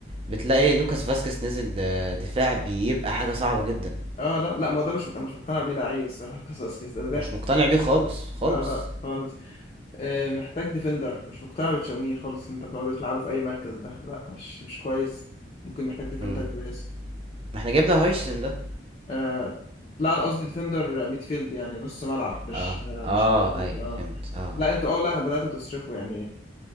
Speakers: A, on the right; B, on the left.
A: بتلاقي لوكاس فاسكيز نزل د- دفاع بيبقى حاجة صعبة جدا
B: اه لا لا ما هو ده مش انا مش مقتنع بيه لعيب الصراحه <laughs> قصص كده ده ضحك
A: مش مقتنع
B: الصراحه
A: بيه خالص خالص
B: اه لا خالص آه، محتاج ديفندر مش مقتنع بتشاوميني خالص اللي انت بتقعد تلعبه في اي مركز ده لا مش مش كويس ممكن محتاج ديفندر
A: مم.
B: كويس
A: ما احنا جبنا هايسن ده
B: آه لا انا قصدي ديفندر ميدفيلد يعني نص ملعب مش
A: اه
B: آه
A: اه
B: مش مدافع
A: ايوه
B: اه
A: فهمت اه آه.
B: لا انتوا اه لا بدأتوا تصرفوا يعني